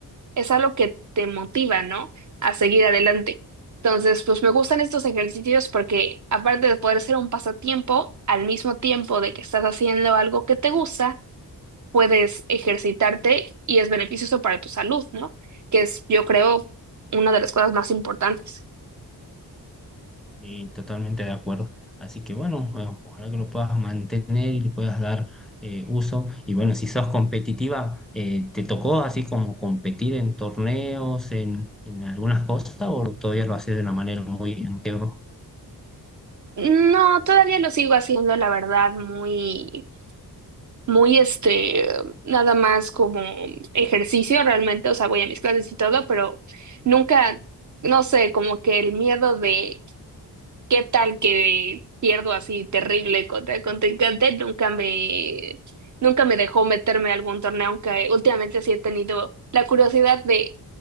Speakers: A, on the right; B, in the centre.
A: es algo que te motiva, ¿no? A seguir adelante. Entonces, pues me gustan estos ejercicios porque aparte de poder ser un pasatiempo, al mismo tiempo de que estás haciendo algo que te gusta, puedes ejercitarte y es beneficioso para tu salud, ¿no? Que es, yo creo, una de las cosas más importantes.
B: Y totalmente de acuerdo. Así que bueno, o- ojalá que lo puedas mantener y le puedas dar eh, uso. Y bueno, si sos competitiva, eh, ¿te tocó así como competir en torneos, en, en algunas cosas, o todavía lo haces de una manera muy amateur?
A: No, todavía lo sigo haciendo, la verdad, muy muy este, nada más como ejercicio realmente, o sea, voy a mis clases y todo, pero nunca, no sé, como que el miedo de qué tal que pierdo así terrible contra el contrincante, nunca me, nunca me dejó meterme a algún torneo, aunque últimamente sí he tenido la curiosidad de,